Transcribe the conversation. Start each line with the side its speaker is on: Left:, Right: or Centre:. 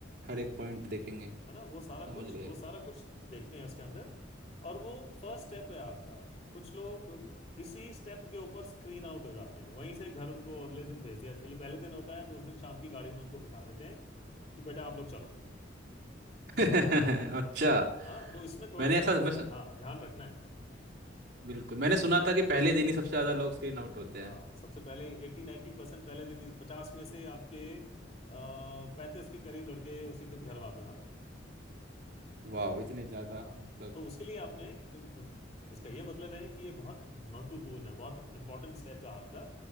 Right: हर एक पॉइंट देखेंगे
Left: है ना वो सारा
Right: समझ
Left: कुछ
Right: गए
Left: वो सारा कुछ देखते हैं उसके अंदर और वो फर्स्ट स्टेप है आपका कुछ लोग इसी स्टेप के ऊपर स्क्रीन आउट हो जाते हैं वहीं से घर उनको अगले दिन भेज दिया जाए ये पहले दिन होता है तो उस दिन शाम की गाड़ी में उनको बिठा देते हैं कि बेटा आप लोग चलो
Right: <laughs> अच्छा
Left: हाँ तो इसमें थोड़ा
Right: मैंने
Left: सा
Right: ऐसा
Left: आपने
Right: मैं सु-
Left: हाँ ध्यान रखना है
Right: बिल्कुल मैंने सुना था कि पहले दिन ही सबसे ज्यादा लोग स्क्रीन आउट होते
Left: हाँ
Right: हैं
Left: सबसे पहले एट्टी नाइन्टी परसेंट पहले दिन पचास में से आपके पैंतीस के करीब लड़के उसी दिन घर वापस आ जाएंगे
Right: वाह इतने ज़्यादा
Left: हाँ
Right: मतलब
Left: तो उसके लिए आपने क्यों अम, इसका ये मतलब है कि ये बहुत महत्वपूर्ण है बहुत इंपॉर्टेंट स्टेप है आपका